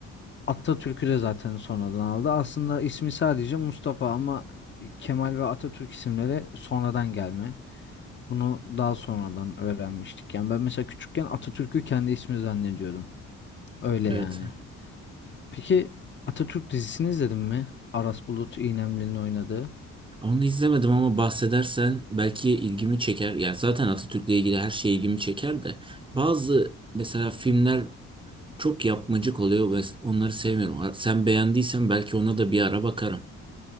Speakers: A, on the left (about 40°); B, on the right (about 15°).
A: Atatürk'ü de zaten sonradan aldı. Aslında ismi sadece Mustafa ama Kemal ve Atatürk isimleri sonradan gelme. Bunu daha sonradan öğrenmiştik. Yani ben mesela küçükken Atatürk'ü kendi ismi zannediyordum. Öyle yani.
B: Evet.
A: Peki Atatürk dizisini izledin mi? Aras Bulut İynemli'nin oynadığı.
B: Onu izlemedim ama bahsedersen belki ilgimi çeker. Yani zaten Atatürk'le ilgili her şey ilgimi çeker de bazı mesela filmler çok yapmacık oluyor ve onları sevmiyorum. Sen beğendiysen belki ona da bir ara bakarım.